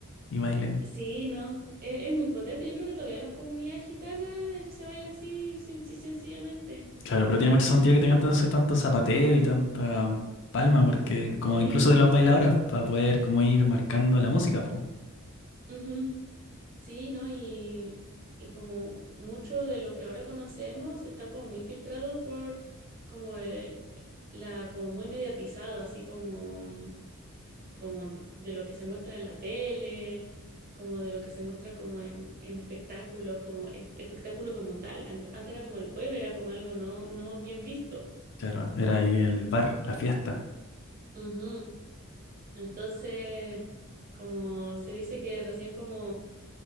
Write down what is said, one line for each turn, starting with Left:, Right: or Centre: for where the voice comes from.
Left: y baile.
Right: sí, no. Es, es muy potente. Yo creo que todavía las comunidades gitanas eh, se baila así, sin- sin- sencillamente.
Left: Claro, pero tiene mucho sentido
Right: Y,
Left: que tengan entonces tanto zapateo y tanta palma, porque como
Right: Sí,
Left: incluso de los bailadores, para poder como ir marcando la música, pues.
Right: ujú, Sí, ¿no? Y, y como mucho de lo que ahora conocemos está como muy filtrado por como el- la, como muy mediatizado, así como, como de de lo que se muestra en la tele, como de lo que se muestra como en, en espectáculos, como es- espectáculo como tal. Ant- Antes era como el pueblo, era como algo no, no bien visto.
Left: Claro, era ahí el bar, la fiesta.
Right: Ujú. Entonces, como se dice que recién como